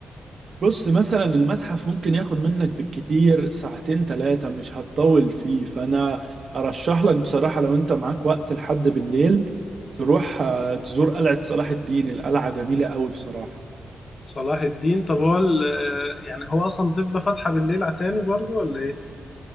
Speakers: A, on the right (about 50°); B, on the left (about 35°).
A: بص مثلا المتحف ممكن ياخد منك بالكتير ساعتين ثلاثة مش هتطول فيه فأنا أرشح لك بصراحة لو أنت معاك وقت لحد بالليل تروح آه، تزور قلعة صلاح الدين القلعة جميلة قوي بصراحة
B: صلاح الدين طب هو ال- آه، يعني هو اصلا بتبقى فاتحة بالليل على تاني برضو ولا ايه